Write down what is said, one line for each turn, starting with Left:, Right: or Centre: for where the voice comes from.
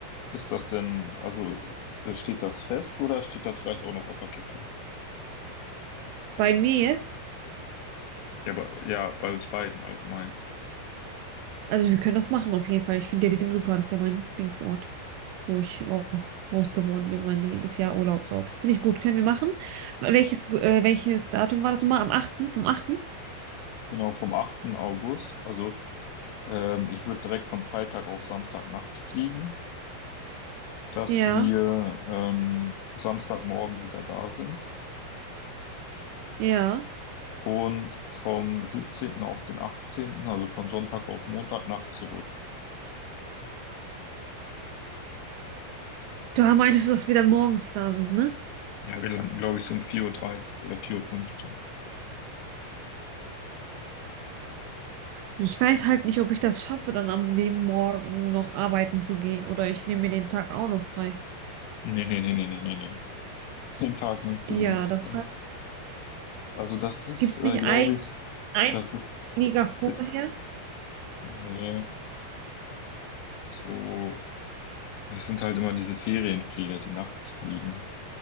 Left: Ist das denn, also äh, steht das fest oder steht das vielleicht auch noch auf der Kippe?
Right: Bei mir jetzt?
Left: Ja, bei, ja, bei uns beiden allgemein.
Right: Also wir können das machen auf jeden Fall. Ich finde Diadem super. Das ist ja mein Dingsort, wo ich auch groß geworden bin, mein jedes Jahr Urlaubsort. Finde ich gut. Können wir machen. Welches, äh, welches Datum war das nochmal? Am achten vom achten?
Left: Genau, vom achten August. Also ähm, ich würde direkt von Freitag auf Samstagnacht fliegen. dass
Right: Ja,
Left: wir ähm, Samstagmorgen wieder da sind
Right: ja.
Left: und vom 17. auf den 18., also von Sonntag auf Montagnacht zurück.
Right: Da meintest du, dass wir dann morgens da sind, ne?
Left: Ja, wir landen, glaube ich, so um 4.30 Uhr dreißig oder 4.15 Uhr. fünfzehn.
Right: Ich weiß halt nicht, ob ich das schaffe, dann am dem Morgen noch arbeiten zu gehen oder ich nehme mir den Tag auch noch frei.
Left: Nee, nee, nee, nee, nee, nee, nee. Den Tag nimmst
Right: Ja,
Left: du dir nicht
Right: das
Left: frei.
Right: weiß ich.
Left: Also das ist,
Right: Gibt es
Left: äh,
Right: nicht
Left: glaube
Right: ein,
Left: ich,
Right: ein
Left: das ist,
Right: Liga vorher?
Left: bi- nee, so, das sind halt immer diese Ferienflieger, die nachts fliegen.